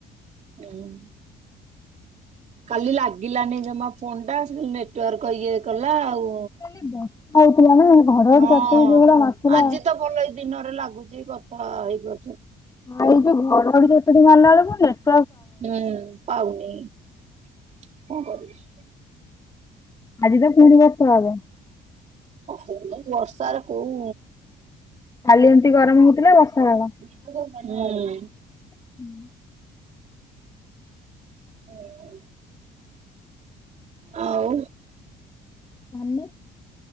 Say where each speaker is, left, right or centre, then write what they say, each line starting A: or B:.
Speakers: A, on the right; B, on the left.
A: ହଁ ନା। କାଲି ଲାଗିଲାନି ଜମା ଫୋନ୍ ଟା ସେ ଯୋଉ ନେଟୱାର୍କ ଇଏ କଲା ଆଉ।
B: ସେ ବର୍ଷା ହଉଥିଲା ନା ଘରଘଡି
A: ହଁ
B: ତ ଆକ୍ଚୁଲି ଯୋଉ ଭଳିଆ ମାରଥିଲା।
A: ଆଜି ତ ଭଲ ଏଇ ଦିନରେ ଲାଗୁଚି କଥା ହେଇ ଗ
B: ଆଉ ଯୋଉ ଘଡଘଡି ଚଡଚଡି ମାରଲା ବେଳକୁ ଯେ
A: ହୁଁ, ପାଉନେଇ କଣ କରିବୁ।
B: ଆଜି ତ ପୁଣି ବର୍ଷା ହବ।
A: ହଉ ବର୍ଷାରେ କୋଉ
B: ଖାଲି ଏମତି ଗରମ ହଉଥିଲା ବର୍ଷା ହେଲା।
A: ହୁଁ।
B: ହୁଁ।
A: ହଁ। ଆଉ।
B: ମାନେ